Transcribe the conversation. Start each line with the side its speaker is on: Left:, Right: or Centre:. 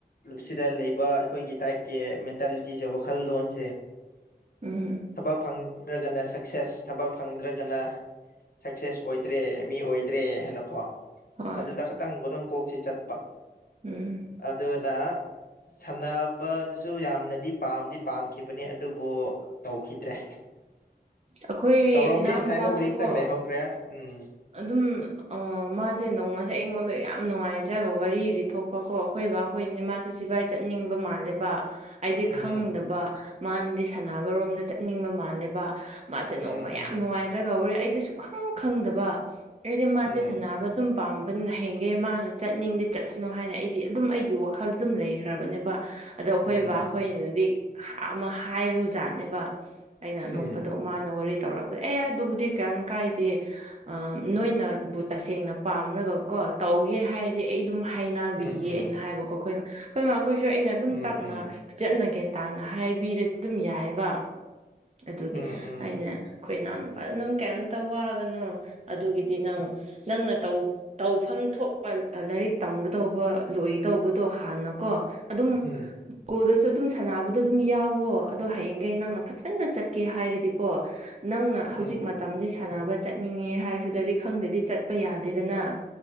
Left: ꯁꯤꯗ ꯂꯩꯕ ꯑꯩꯈꯣꯏꯒꯤ ꯇꯥꯏꯞꯀꯤ ꯃꯦꯟꯇꯥꯂꯤꯇꯤꯁꯦ ꯋꯥꯈꯜꯂꯣꯟꯁꯦ
Right: ꯎꯝ
Left: ꯊꯕꯛ ꯐꯪꯗ꯭ꯔꯒꯅ ꯁꯛꯁꯦꯁ ꯊꯕꯛ ꯐꯪꯗ꯭ꯔꯒꯅ ꯁꯛꯁꯦꯁ ꯑꯣꯏꯗ꯭ꯔꯦ ꯃꯤ ꯑꯣꯏꯗ꯭ꯔꯦ ꯍꯥꯏꯅꯀꯣ
Right: ꯍꯣꯏ
Left: ꯑꯗꯨꯗ ꯈꯛꯇꯪ ꯑꯗꯨꯝ ꯀꯣꯛꯁꯤ ꯆꯠꯄ
Right: ꯎꯝ
Left: ꯑꯗꯨꯅ ꯁꯥꯟꯅꯕꯗꯨꯁꯨ ꯌꯥꯝꯅꯗꯤ ꯄꯥꯝꯗꯤ ꯄꯥꯝꯈꯤꯕꯅꯤ ꯑꯗꯨꯕꯨ ꯇꯧꯈꯤꯗ꯭ꯔꯦ
Right: ꯑꯩꯈꯣꯏ
Left: ꯇꯧꯔꯝꯃꯦ
Right: ꯏꯅꯥꯎꯅꯨꯄꯥꯁꯨ
Left: ꯍꯥꯏꯕ ꯋꯥꯔꯤ ꯈꯤꯇꯪ
Right: ꯀꯣ
Left: ꯂꯩꯍꯧꯈ꯭ꯔꯦ ꯎꯝ꯫
Right: ꯑꯗꯨꯝ ꯑ ꯃꯥꯁꯦ ꯅꯣꯡꯃꯁꯦ ꯑꯩꯉꯣꯟꯗ ꯌꯥꯝ ꯅꯨꯡꯉꯥꯏꯇ꯭ꯔꯒ ꯋꯥꯔꯤ ꯔꯤꯊꯣꯛꯄꯀꯣ ꯑꯩꯈꯣꯏ ꯕꯥ ꯍꯣꯏꯅꯦ ꯃꯥꯁꯦ ꯁꯤꯕꯥꯥꯏ ꯆꯠꯅꯤꯡꯕ ꯃꯥꯜꯂꯦꯕ ꯍꯥꯏꯗꯤ
Left: ꯎꯝꯝ
Right: ꯈꯪꯗꯕ ꯃꯥꯅꯗꯤ ꯁꯥꯟꯅꯕꯔꯣꯝꯗ ꯆꯠꯅꯤꯡꯕ ꯃꯥꯜꯂꯦꯕ ꯃꯥꯁꯦ
Left: ꯎꯝ
Right: ꯅꯣꯡꯃ
Left: ꯎꯝ
Right: ꯌꯥꯝ ꯅꯨꯡꯉꯥꯏꯗ꯭ꯔꯒ ꯋꯔꯤ ꯑꯩꯗꯤ ꯁꯨꯛꯈꯪ ꯈꯪꯗꯕ ꯑꯩꯗꯤ ꯃꯥꯁꯦ
Left: ꯎꯝ
Right: ꯁꯥꯟꯅꯕ ꯑꯗꯨꯝ ꯄꯥꯝꯕꯅ ꯍꯦꯟꯒꯦ ꯃꯥꯅ ꯆꯠꯅꯤꯡꯗꯦꯢ ꯆꯠꯁꯅꯨ ꯍꯥꯏꯅ ꯑꯩꯗꯤ ꯑꯗꯨꯝ ꯑꯩꯒꯤ ꯋꯥꯈꯜ ꯑꯗꯨꯝ ꯂꯩꯈ꯭ꯔꯕꯅꯦꯕ꯫ ꯑꯗꯣ ꯑꯩꯈꯣꯏ
Left: ꯎꯝ
Right: ꯕꯥꯈꯣꯏꯅꯤꯅꯗꯤ ꯑꯃ ꯍꯥꯏꯔꯨ ꯖꯥꯠꯅꯦꯕ ꯑꯩꯅ
Left: ꯎꯝ
Right: ꯅꯣꯡ ꯐꯗꯣꯛ ꯃꯥꯅ ꯋꯥꯔꯤ ꯇꯧꯔꯛꯄꯗ ꯑꯦ ꯑꯗꯨꯕꯨꯗꯤ ꯀꯩꯝ ꯀꯥꯏꯗꯦ ꯅꯣꯏꯅꯕꯨ ꯇꯁꯦꯡꯅ ꯄꯥꯝꯔꯒ ꯀꯣ ꯇꯧꯒꯦ ꯍꯥꯏꯔꯦ ꯑꯩ ꯑꯗꯨꯝ ꯍꯩꯅꯕꯤꯒꯤ
Left: ꯎꯝ
Right: ꯑꯩꯅ ꯍꯥꯏꯕꯀꯣ <unintelligible> ꯑꯩꯈꯣꯏꯃꯥ ꯑꯩꯈꯣꯏꯁꯨ ꯑꯩꯅ ꯑꯗꯨꯝ
Left: ꯎꯝ ꯎꯝ ꯎꯝ
Right: ꯇꯞꯅ ꯆꯠꯅꯒꯦ ꯇꯥꯅ ꯍꯥꯏꯕꯤꯔꯗꯤ ꯑꯗꯨꯝ ꯌꯥꯏꯑꯕ ꯑꯗꯨꯒꯤ
Left: ꯎꯝ
Right: ꯑꯩꯅ ꯑꯩꯈꯣꯏ ꯏꯅꯥꯎꯅꯨꯄꯥꯗ ꯅꯪ ꯀꯩꯝꯇ ꯋꯥꯒꯅꯣ ꯑꯗꯨꯒꯤꯗꯤ ꯅꯪ ꯅꯪꯅ ꯇꯧ ꯇꯧꯐꯝ ꯊꯣꯛꯄ ꯂꯥꯏꯔꯤꯛ ꯇꯝꯒꯗꯧꯕ ꯂꯣꯏꯗꯧꯕꯗꯣ ꯍꯥꯟꯅ ꯀꯣ ꯑꯗꯨꯝ
Left: ꯎꯝ ꯎꯝ
Right: ꯀꯣꯗꯁꯨ ꯑꯗꯨꯝ ꯁꯥꯟꯅꯕꯗꯣ ꯑꯗꯨꯝ ꯌꯥꯎꯋꯣ ꯑꯗꯣ ꯍꯌꯦꯡꯒꯩ ꯅꯪꯅ ꯐꯖꯅ ꯆꯠꯀꯦ ꯍꯥꯏꯔꯗꯤꯀꯣ ꯅꯪꯅ ꯍꯧꯖꯤꯛ
Left: ꯎꯝ
Right: ꯃꯇꯝꯗꯤ ꯁꯥꯟꯅꯕ ꯆꯠꯅꯤꯡꯉꯦ ꯍꯥꯏꯔꯁꯨ ꯂꯥꯏꯔꯤꯛ ꯈꯪꯗ꯭ꯔꯗꯤ ꯆꯠꯄ ꯌꯥꯗꯦꯗꯅ